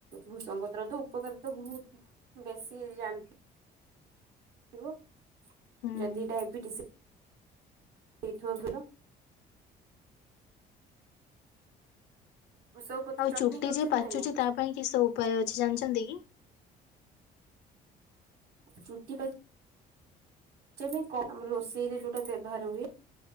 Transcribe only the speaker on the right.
ଭୃଷଙ୍ଗପତ୍ର ତ ଉପକରତା ବହୁତ ବେଶୀ ଜାଣ <inaudible> ଥିବ।
ଯଦି ଡାଇବେଟିସ ହେଇଥିବ ଭଲ ଭୃଷଙ୍ଗ ପତ୍ର
ଚଟଣି
କରିଛନ୍ତି
ନା ନାଇଁ
ଚୁଟି ପାଚି ଯେ ପାଇଁ କ ଆମର ରୋଷେଇ ରେ ଯୋଉଟା ବ୍ୟବହାର ହୁଏ।